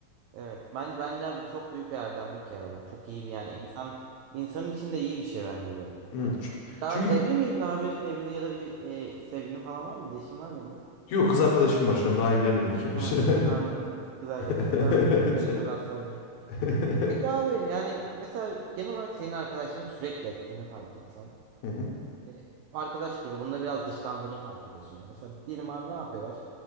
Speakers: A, on the right; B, on the left.
A: Evet bence bence abi çok büyük bir erdemlik ya. o. Çok iyi bir yani insan insan için de iyi bir şey bence bu.
B: Hı, ç-
A: Daha
B: Çünkü
A: evli miydin abi? Evli ya da bir e, sevgilin falan var mıydı? Eşin var mıydı?
B: yok kız arkadaşım var şu an daha evlenemedik henüz.
A: Ha anladım.
B: <laughs>
A: <laughs> Kız arkadaşım. O zaman
B: Evet.
A: şöyle sorular sormayayım.
B: <laughs>
A: Peki abi yani mesela genel olarak senin arkadaşların sürekli ektiğini fark etsen.
B: Hı hı,
A: hani arkadaş grubunda biraz dışlandığını fark ediyorsun yani. Mesela diyelim abi ne yapıyorlar?